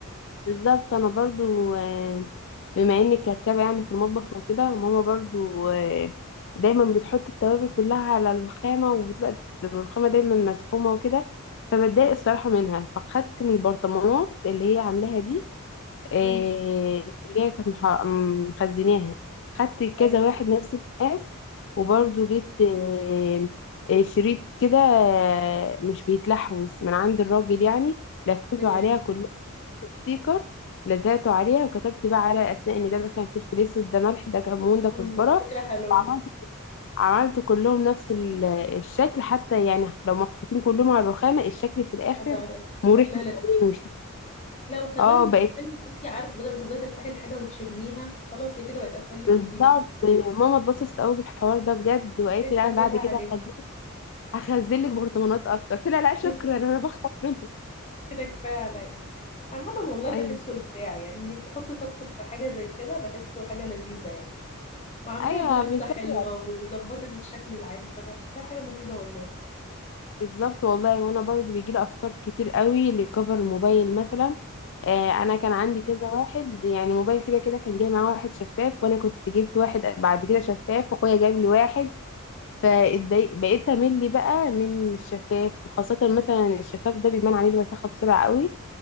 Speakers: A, on the left (about 55°); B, on the left (about 30°).
A: بالظبط انا برضو آه، بما انك كركبه يعني في المطبخ وكده ماما برضو آه، دايما بتحط التوابل كلها على الرخامه وبتبقى الرخامه دايما مسحومه وكده فبتضايق الصراحه منها فخدت من البرطمانات اللي هي عاملاها دي آه،
B: امم
A: اللي هي كانت مح- م- مخزناها خدت كذا
B: حلو
A: واحد نفس المقاس وبرضو
B: امم
A: جبت آه، آه، شريط كده آه، مش بيتلحوز من عند الراجل يعني لفيته
B: ده جامد
A: عليها كلها ستيكر لزقته عليها وكتبت بقى على الاسماء ان ده مثلا فلفل اسود ده ملح ده كمون ده كزبره
B: الله فكرة حلوة
A: عملت عملت كلهم نفس ال- الشكل حتى يعني لو محطوطين كلهم على الرخامه الشكل في الاخر
B: هتعرف
A: مريح
B: شكلها
A: للعين وشي
B: لا وكمان
A: اه بقت
B: محل انت عارفه بدل ما تفضلي تفتحي الحاجه وتشميها خلاص هي كده بقت اسهل لك
A: بالظبط
B: كتير
A: ماما اتبسطت قوي بالحوار ده بجد وقالت لي
B: تسهلها
A: لا انا بعد كده
B: عليك
A: هخزن هخزن لك برطمانات اكتر قلت لها لا شكرا
B: <laughs>
A: انا بخاف منك
B: كده كفايه عليا عامة والله
A: ايوه
B: بحسه إبداع يعني إنك تحطي طاقتك في حاجة زي كده بحسه حاجة لذيذة يعني وعاملاها
A: ايوه
B: بلمسة
A: بنسلي
B: حلوة وظبطت الشكل العام فبحسها حاجة مفيدة والله
A: بالظبط والله وانا برضو بيجيلي افكار كتير قوي لكفر الموبايل مثلا آه انا
B: امم
A: كان عندي كذا واحد يعني موبايل كده كده كان جاي معاه واحد شفاف وانا كنت جبت واحد بعد كده شفاف واخويا جاب لي واحد فاتضايق بقيت امل بقى من الشفاف وخاصه مثلا الشفاف ده بيبان عليه الوساخه بسرعه قوي